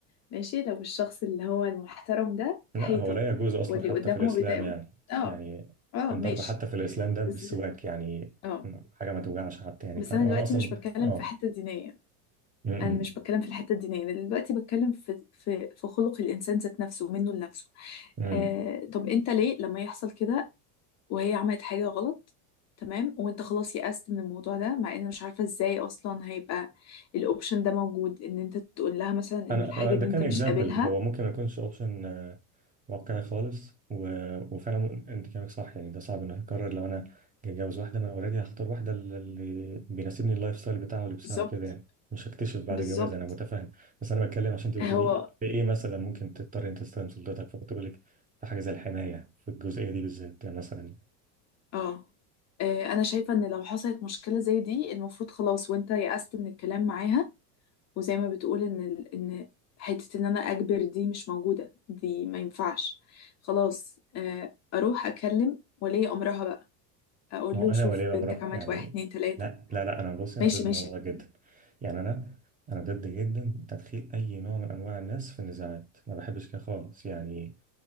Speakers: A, on the left (about 35°); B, on the right (about 15°).
A: ماشي لو الشخص اللي هو المحترم ده
B: لا
A: حيطه
B: هو لا يجوز أصلا
A: واللي
B: حتى
A: قدامه
B: في الإسلام
A: بيضايقه
B: يعني
A: اه
B: يعني
A: اه
B: الضرب
A: ماشي
B: حتى في الإسلام ده بالسواك
A: بس
B: يعني
A: اه
B: م- حاجة ما توجعش حتى يعني
A: بس
B: ف... وأنا
A: انا دلوقتي
B: أصلا
A: مش بتكلم
B: آه
A: في حته دينيه
B: م-
A: انا مش بتكلم في الحته الدينيه انا دلوقتي بتكلم في في في خلق الانسان ذات نفسه منه لنفسه
B: م- م.
A: آه طب انت ليه لما يحصل كده وهي عملت حاجه غلط تمام وانت خلاص يأست من الموضوع ده مع ان مش عارفه ازاي اصلا هيبقى الاوبشن ده موجود ان انت تقول لها مثلا
B: انا
A: ان الحاجه
B: أنا-
A: دي
B: ده كان
A: انت
B: اكزامبل
A: مش قابلها
B: هو ممكن ما يكونش اوبشن واقعي خالص و... وفعلا م- انت كلامك صح يعني ده صعب انه يتكرر لو انا جاي اتجوز واحده ما انا اوريدي هختار واحده اللي بيناسبني اللايف ستايل بتاعها ولبسها
A: بالظبط
B: وكده يعني مش هكتشف بعد
A: بالظبط
B: الجواز انا متفاهم بس انا بتكلم عشان انت قلت
A: هو
B: لي في ايه مثلا ممكن تضطر انت تستخدم سلطتك فكنت بقول لك في حاجه زي الحمايه في الجزئيه دي بالذات يعني مثلا
A: اه آه، انا شايفه ان لو حصلت مشكله زي دي المفروض خلاص وانت يأست من الكلام معاها وزي ما بتقول ان ال... ان حته ان انا اجبر دي مش موجوده دي ما ينفعش خلاص آه، اروح اكلم ولي امرها بقى اقول
B: ما هو
A: له
B: انا
A: شوف
B: وليه بقى
A: بنتك
B: مراه
A: عملت
B: يعني
A: واحد اتنين تلاته
B: لا لا لا انا بصي انا
A: ماشي
B: ضد
A: ماشي
B: الموضوع ده جدا يعني انا انا ضد جدا تدخيل اي نوع من انواع الناس في النزاعات ما بحبش كده خالص يعني